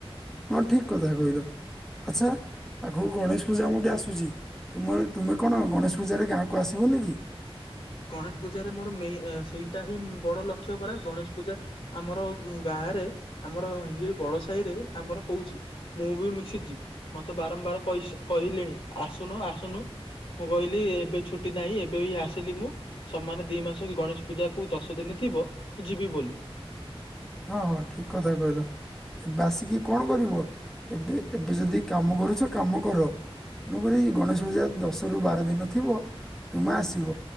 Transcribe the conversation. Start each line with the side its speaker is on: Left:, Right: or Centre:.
Centre: ହଁ ଠିକ କଥା କହିଲ ଆଛା ଆଗକୁ ଗଣେଶ ପୂଜା ମଧ୍ୟ ଆସୁଛି। ମୁଁ କହିଲି ତୁମେ କଣ ଗଣେଶ ପୂଜାରେ ଗାଁକୁ ଆସିବୁନି କି?
Left: ଗଣେଶ ପୂଜାରେ ମୋର ମେଇ ସେଇଟା ହିଁ ବଡ ଲକ୍ଷ୍ୟ ପରା ଗଣେଶ ପୂଜା ଆମର ଗାଁ ରେ ଆମର ହିଙ୍ଗଳି ବଡ ସାହି ରେ ଆମର ହଉଛି ମୁଁ ବି ମିଶିଛି ମତେ ବାରମ୍ବାର କହିସ କହିଲେଣି ଆସୁନୁ ଆସୁନୁ ମୁଁ କହିଲି ଏବେ ଛୁଟି ନାହିଁ ଏବେ ବି ଆସିଲି ମୁଁ ସମାନେ ଦି ମାସକୁ ଗଣେଶ ପୂଜାକୁ ଦଶ ଦିନ ଥିବ ଯିବି ବୋଲି
Centre: ହଁ ହଁ ଠିକ କଥା କହିଲ ଏବେ ଆସିକି କଣ କରିବ ଏବେ ଏବେ ଯଦି କାମ କରୁଛ କାମ କର ତେଣୁକରି ଗଣେଶ ପୂଜା ଦଶ ର ବାର ଦିନ ଥିବ ତୁମେ ଆସିବ?